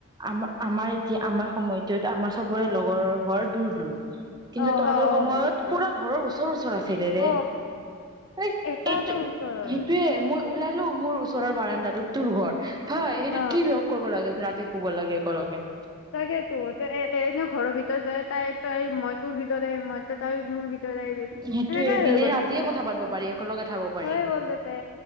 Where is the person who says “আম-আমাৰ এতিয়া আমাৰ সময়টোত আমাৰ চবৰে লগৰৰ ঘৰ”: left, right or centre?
Right